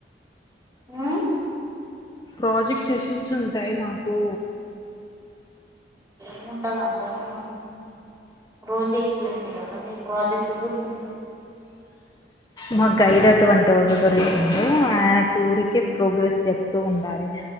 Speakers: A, on the right (about 20°); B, on the left (about 20°).
A: ఆ
B: ప్రాజెక్ట్ సెషన్స్ ఉంటాయి మాకు
A: ఏముంటంది అంతగానం రోజు ఎక్స్ప్లెయిన్ చేయాలా మీ ప్రాజెక్ట్ గురించి
B: మా గైడ్ అటువంటి వోడు దొరికిండు ఆయనకి ఊరికే ప్రోగ్రెస్ చెప్తూ ఉండాలి